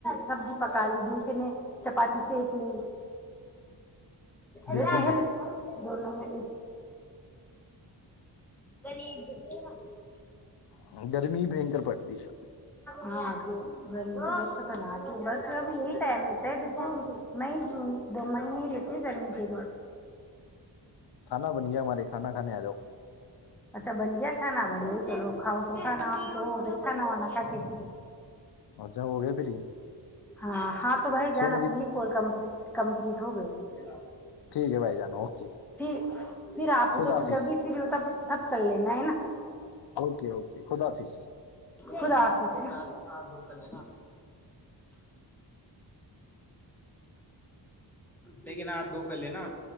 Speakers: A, in the centre; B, on the left.
A: سبزی پکا لی دوسر نے چپاتی سک لی
B: بالکل
A: جس دن
B: بالکل
A: دونوں میں لی دے گا <unintelligible>
B: ہاں گرمی بھیکر پٹتی ہے
A: ہاںگ گرمی کی د پت نہ آتی بس اب یہی ٹائم رہتا ہے دیکھو مئی جون دو مہینے ہی رہتے ہیں گرمی کے دن
B: کھانا بن گیا ہمارے کھانا کھے آ جاؤ
A: اچھا بن گیا کھانا بڑے چلو کھاؤ تو کھانا آم تو ہو گئی کھانا وانا کھ کے فری
B: ا جا ہو گیا پھر
A: ہاں ہات تو بھائی جان
B: سونے
A: اپنی
B: کی
A: ہے کوال کمپنی کمپلیٹ ہو گئی
B: ٹھیک ہے بھائی جان اوکے
A: پھر پھر آپ ادھر
B: خدا حافظ
A: سے جب بھی پھر ہوتا کر لینا ہے نا
B: اوکے اوکے خدافظ
A: خود آس آ د ک ل لیکن آ دو کر لینا آپ